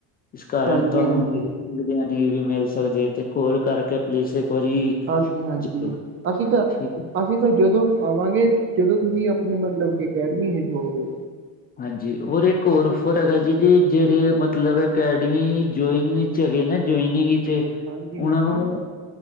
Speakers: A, on the left; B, on the right.
A: ਇਸ ਕਾਰਨ
B: ਹਾਂਜੀ
A: ਤੁਹਾਨੂੰ
B: ਹਾਂਜੀ
A: ਵੀ ਬੀਰਆਨੀ ਵੀ ਮਿਲ ਸਕਦੀ ਤੇ ਕੋਲ ਕਰਕੇ ਪਲੀਸ ਇੱਕ ਵਾਰੀ
B: ਹਾਂਜੀ-ਹਾਂਜੀ।
A: ਜ਼ਰੂਰ
B: ਅਸੀਂ ਤਾਂ
A: ਠੀਕ ਹੈ
B: ਅਸੀਂ ਤਾਂ ਜਦੋਂ ਆਵਾਂਗੇ ਜਦੋਂ ਤੁਸੀਂ ਆਪਣੇ ਮਤਲਬ ਕਿ ਅਕੈਡਮੀ ਏਚ ਹੋਵੋਗੇ।
A: ਹਾਂਜੀ, ਔਰ ਇੱਕ ਹੋਰ ਔਫਰ ਹੈਗਾ ਜੀ ਦੀ ਜਿਹੜੇ ਮਤਲਬ ਅਕੈਡਮੀ ਜੁਇਨ ਨੀ ਚ ਗੇ ਨਾ ਜੁਇਨਿੰਗ ਚ
B: ਹਾਂਜੀ
A: ਉਹਨਾਂ
B: ਹਾਂਜੀ
A: ਨੂੰ